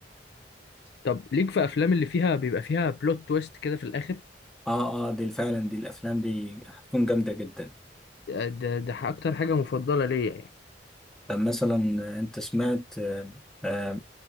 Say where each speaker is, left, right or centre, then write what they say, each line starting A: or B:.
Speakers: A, on the left; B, in the centre.
A: طب ليك في افلام اللي فيها بيبقى فيها بلوت تويست كده في الاخر
B: اه اه دي فعلا دي الافلام دي هتكون جامدة جدا
A: آه، ده ده اكتر حاجه مفضله ليا يعني
B: طب مثلا انت سمعت آه، آه،